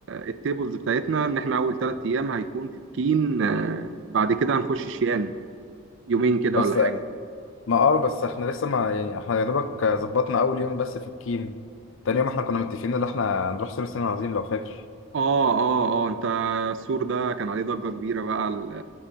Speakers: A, on the right; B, on the left.
A: التيبلز بتاعتنا ان احنا اول ثلاث ايام هيكون في بكين آه، بعد كده هنخش شيان يومين كده
B: بس
A: ولا حاجه
B: ما اه بس احنا لسه ما يعني احنا يا دوبك ظبطنا اول يوم بس في الكيم تاني يوم احنا كنا متفقين ان احنا هنروح سور الصين العظيم لو فاكر
A: اه اه اه انت السور ده كان عليه ضجه كبيره بقى ال-